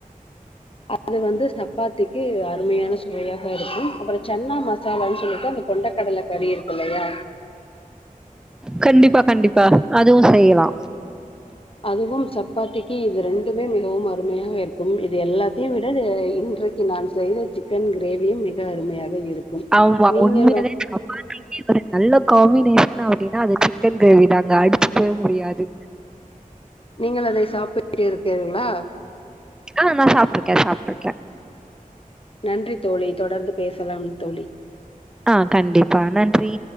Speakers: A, on the left; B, in the centre.
A: அது வந்து சப்பாத்திக்கு அருமையான சுவையா ருக்கு அப்பறோ சன்னா மசாலான்னு சொல்லிட்டு அந்த கொண்டக்கடல கறி இருக்குல்லையா
B: கண்டிப்பா கண்டிப்பா அதுவு செய்யலா
A: அதுவு சப்பாத்திக்கு இது ரெண்டுமே மிகவும் அருமையாக இருக்கு இது எல்லாத்தையு விட இன்றைக் கு நா செய்த சிக்கன் கிரேவியு மிக அருமையாக இருக்கு
B: ஆமா
A: நீங்க
B: உண்மையாலே சப்பாத்திக்கு ஒரு நல்ல காம்பினேஷன் அப்டின்னா அது சிக்கன் கிரேவி தாங்க அடிச்சுக்கவே முடியாது
A: நீங்கள் அதை சாப்பிட்டு இருக்கீங்களா
B: ஆ நா சாப்புட்டுருக்கே சாப்புட்டுருக்கே
A: நன்றி தோழி தொடர்ந்து பேசலா தோழி
B: ஆ கண்டிப்பா நன்றி